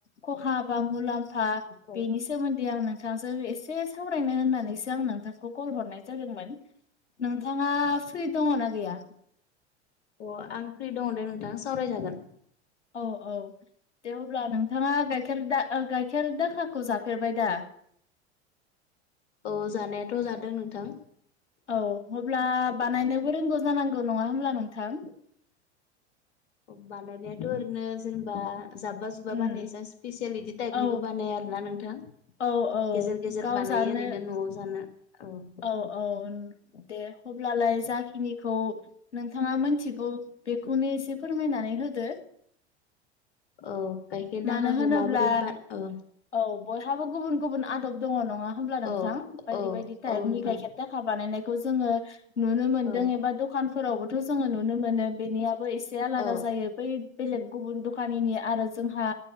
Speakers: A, on the left; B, on the left.
A: खहा बा मुलाम्फ फा
B: औ
A: बेनि सोमोन्दै आं नों थांजों एसे सावरायनो होननानैसो आं नोंथांखौ कल हरनाय जादोंमोन। नोंथाङा फ्रि दङना गैया?
B: अ आं फ्रि दङ दे नोंथाङा सावरायजागोन
A: औ औ दे अब्ला नोंथाङा गाइखेर द गाइखेर दाखाखौ जाफेरबाय दा?
B: औ जानायाथ' जादों नोंथां
A: औ अब्ला बानायनोबो रोंगौ जानांगौ नङा होमब्ला नोंथां
B: बानायनायाथ' ओरैनो जेनेबा जाब्बा जुब्बा
A: उम
B: बानायो जास स्पेसियेल टाइपनिबो
A: औ
B: बानाया आरो नोंथां थां
A: औ औ
B: गेजेर गेजेर
A: गाव
B: बानायो
A: जानो
B: ओरैनो न'आव जानो औ
A: औ औ दे हब्लालाय जाखिनिखौ नोंथाङा मोनथिगौ बेखौनो एसे फोरमायनानै होदो
B: औ गायखेर दाखाखौ
A: मानो होनोब्ला
B: माबोरै बा ओ
A: औ बयहाबो गुबुन गुबुन आदब दङ नङा होमब्ला नोंथां
B: औ
A: बायदि
B: औ
A: बायदि टाइपनि
B: औ नोंथां
A: गाइखेर दा खा जोङो नुनो मोनदों
B: औ
A: एबा दखान फोरावबोथ' जोङो नुनो मोनो बेनियाबो एसे आलादा
B: औ
A: जायो बै बेलेग गुबुन द खानिनि आरो जोंहा